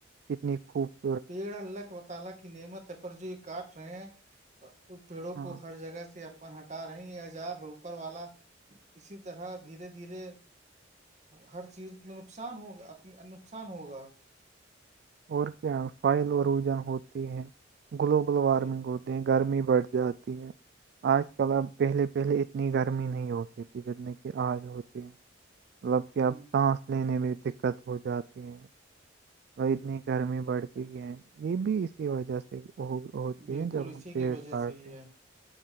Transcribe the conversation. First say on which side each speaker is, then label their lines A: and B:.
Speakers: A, on the right (about 55°); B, on the right (about 35°).
A: کتنی خوبصور
B: پیڑا لک و تعالی کی نعمت ہے پر جو یہ کاٹ رہے ہیں پیڑوں
A: ہاں
B: کو ہر جگہ سے ہٹا رہے ہیں یہ عجاب ہے اوپر والا اسی طرح دھیرے دھیرے ہر چیز میں نقصان ہوگا اپ نقصان ہوگا
A: اور کیا فائل اوروجن ہوتے ہیں گلوبل وارمنگ
B: جی
A: ہوتی گرمی بڑھ جاتی ہے آج کل اب پہلے پہلے اتنی گرمی نہیں ہوتی تھی جتنے کہ آج ہوتی ہے مطلب
B: ہوں
A: کہ اب سانس لینے میں دقت ہو جاتی ہے اور اتنی گرمی بڑھ گئی ہے یہ بھی اسی وجہ سے ہو ہوتی
B: بالکل
A: ہیں جب
B: اسی
A: ہم پیڑ
B: کی وجہ
A: کاڑتے
B: سے ہی
A: ہیں
B: ہے